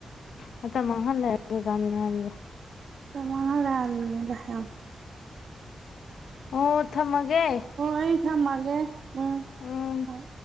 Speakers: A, on the left (about 85°); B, on the right (about 65°).
A: ꯃꯇꯝ ꯃꯥꯡꯍꯜ ꯂꯩꯔ ꯀꯩ ꯀꯟꯗꯣꯏꯅꯣ ꯍꯥꯏꯕꯅꯤꯗ
B: ꯃꯇꯥꯝ ꯃꯪꯍꯜꯂꯦ ꯍꯥꯏꯃꯤꯗ ꯌꯥꯝ
A: ꯑꯣ ꯊꯝꯃ ꯒꯦ
B: ꯑꯣ ꯑꯩ ꯊꯝꯃꯒꯦ ꯎꯝ
A: ꯎꯝ
B: ꯍꯣꯏ